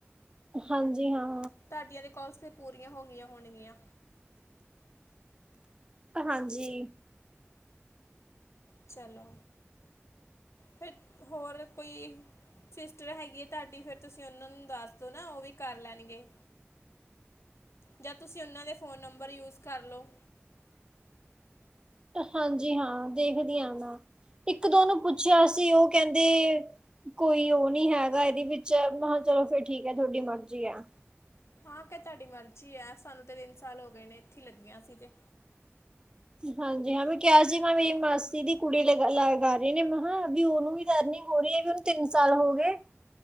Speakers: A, on the right; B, on the left.
A: ਹਾਂਜੀ ਹਾਂ।
B: ਤੁਹਾਡੀਆਂ ਦੇ ਕੋਸ ਫ ਪੂਰੀਆਂ ਹੋ ਗਈਆਂ ਹੋਣਗੀਆਂ।
A: ਹਾਂਜੀ।
B: ਚਲੋ ਫਿਰ ਹੋਰ ਕੋਈ ਸਿਸਟਰ ਹੈਗੀ ਹੈ ਤੁਹਾਡੀ ਫਿਰ ਤੁਸੀਂ ਉਹਨਾਂ ਨੂੰ ਦੱਸ ਦੋ ਨਾ ਉਹ ਵੀ ਕਰ ਲੈਣਗੇ ਜਾਂ ਤੁਸੀਂ ਉਹਨਾਂ ਦੇ ਫੋਨ ਨੰਬਰ ਯੂਜ ਕਰ ਲੋ।
A: ਹਾਂਜੀ ਹਾਂ ਦੇਖਦੀ ਹਾਂ ਮੈਂ ਇੱਕ ਦੋ ਨੂੰ ਪੁੱਛਿਆ ਸੀ ਉਹ ਕਹਿੰਦੇ ਕੋਈ ਉਹ ਨੀ ਹੈਗਾ ਇਹਦੇ ਵਿੱਚ ਮੈਂ ਚਲੋ ਫਿਰ ਠੀਕ ਹੈ ਤੁਹਾਡੀ ਮਰਜੀ ਆ।
B: ਹਾਂ ਕਿ ਤੁਹਾਡੀ ਮਰਜ਼ੀ ਆ ਸਾਨੂੰ ਤੇ ਤਿੰਨ ਸਾਲ ਹੋ ਗਏ ਨੇ ਇੱਥੇ ਲੱਗੀਆਂ ਸੀ ਤੇ
A: ਹਾਂਜੀ ਹਾਂ ਮੈਂ ਕਿਹਾ ਸੀ ਮੈਂ ਮੇਰੀ ਮਾਸੀ ਦੀ ਕੁੜੀ ਲ ਲਗਾ ਰਹੇ ਨੇ ਮੈਂ ਵੀ ਉਹਨੂੰ ਵੀ ਦਰਨਿੰਗ ਹੋ ਰਹੀ ਹੈ ਵੀ ਉਹਨੂੰ ਤਿੰਨ ਸਾਲ ਹੋ ਗਏ।